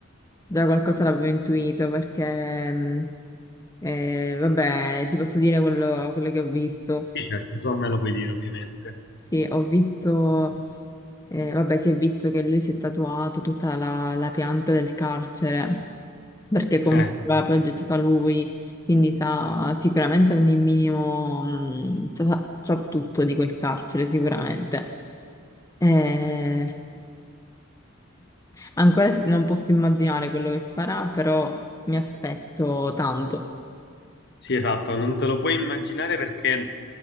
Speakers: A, on the left (about 15°); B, on the left (about 55°).
A: già qualcosa l'avevo intuito perché, mm, eh, vabbè, ti posso dire quello, quello che ho visto.
B: Sì, certo, tu a me lo puoi dire, ovviamente.
A: Sì, ho visto, eh, vabbè, si è visto che lui si è tatuato tutta la, la pianta del carcere perché comunque
B: Eh.
A: l'ha progettata lui, quindi sa sicuramente ogni minimo, mm, sa, sa tutto di quel carcere, sicuramente. Eh, Ancora si- non posso immaginare quello che farà, però mi aspetto tanto.
B: Sì, esatto, non te lo puoi immaginare perché